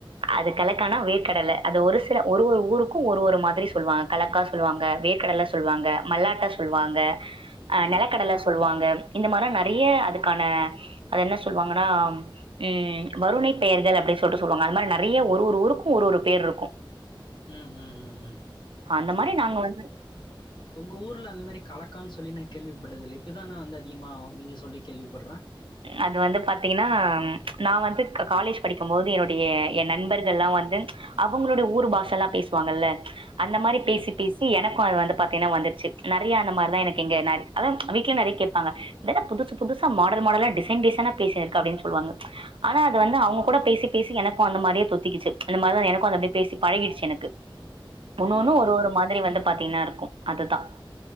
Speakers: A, on the right; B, on the left.
A: அது கலக்கானா வேர்க்கடல அது ஒரு சில ஒரு ஒரு ஊருக்கு ஒரு ஒரு மா த்ரி சொல்வாங் கலக்கா சொல்வாங்க வேர்க்கடல சொல்வாங்க மல்லாட்ட சொல்வாங்க ஆ
B: ம்.
A: நெலக்கடல சொல்வாங்க இந்த மார்லா நறைய அதுக்கான அது என்ன சொல்வாங்கன்னா ம் வருணை பெயர்கள் அப்டி சொல்ட்டு சொல்வாங்க அது மாரி நறைய ஒரு ஒரு ஊருக்கு ஒரு ஒரு பேர்ருக்கு
B: ம் ம் ம் ம்
A: ஸோ அந்த மாரி நாங்க வந்து
B: உங்க ஊர்ல அந்த மாரி கலக்கான் சொல்லி நா கேள்விப்பட்டதில்லே இப்பதா நா வந்து அதிகமா நீங்க சொல்லி கேள்விப்பட்றே
A: அது வந்து பாத்தீங்ன்னா நா வந்து க காலேஜ் படிக்கும்போது என்னுடைய எ நண்பர்கள்லா வந்து அவுங்களோடைய ஊர் பாஷல்லா பேசுவாங்கல்ல அந்த மாரி
B: ம்.
A: பேசி பே சி எனக்கு அது வந்து பாத்தீனா வந்துர்ச்சு நறைய அந்த மார்தா எனக்கு இங்க நா அதா வீட்ல நறய கேப்பாங்க இதென்ன புதுசு புதுசா மாடல் மாடலா டிசைன் டிசைனா பேசினிருக்க அப்டின் சொல்வாங்க ஆனா அது வந்து அவுங்க கூட பேசி பேசி எனக்கு அந்த மாரியே தொத்திக்கிச்சு அந்த மார்தா எனக்கு அது அப்டியே பேசி பழகிர்ச்சு எனக்கு ஒன்னு
B: ம்,
A: ஒன்னு
B: ம்,
A: ஒரு ஒரு
B: ம்.
A: மாதிரி வந்து பாத்தீங்கன்னா இருக்கு அதுதா